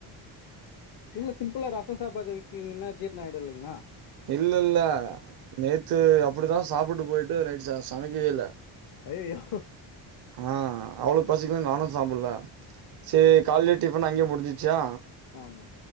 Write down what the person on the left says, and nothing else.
இல்ல சிம்பிளா ரசொ சாப்பாடு வெச்சிங்கனா ஜீர்ணொ ஆகிடு இல்லைங்களா
அய்யய்யோ
ஆமா